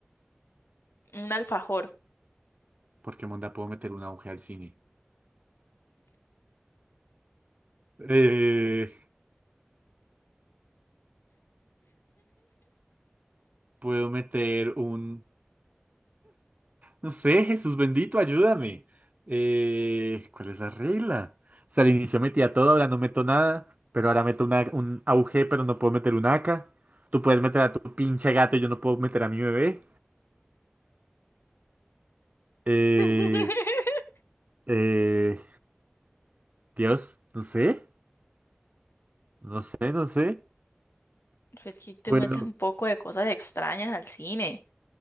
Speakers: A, on the left; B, on the right.
A: un alfajor.
B: ¿Por qué monda puedo meter un AUG al cine? Eh, puedo meter un... No sé, Jesús bendito, ayúdame. Eh, ¿cuál es la regla? O sea, al inicio metía todo, ahora no meto nada. Pero ahora meto una- un AUG, pero no puedo meter un AK. Tú puedes meter a tu pinche gato y yo no puedo meter a mi bebé. Eh,
A: <laughs>
B: eh, Dios, no sé, no sé, no sé.
A: Pues que te
B: Puedo,
A: metes un poco de cosas extrañas al cine.